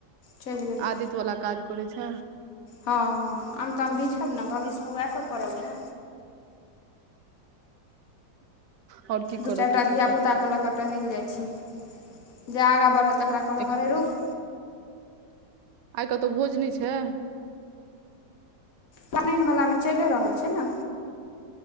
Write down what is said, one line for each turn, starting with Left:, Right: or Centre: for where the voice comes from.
Left: चलि गेलहु
Right: आदित्य वाला काज करै छै
Left: हँ हँ आम तऽम भी छब ने भविष्यमें वएह सभ करब ने
Right: आओर की
Left: दू
Right: करऽ
Left: चारि
Right: के
Left: टा
Right: छै
Left: धियापुताके
Right: तऽ
Left: लऽ कऽ टहलि जाइत छी ज आगाँ बढ़ल तकरा कहलहुँ
Right: एखन
Left: हरै रुख
Right: आइ कतहु भोज नै छै
Left: पन वला मे चलिए रहल छै ने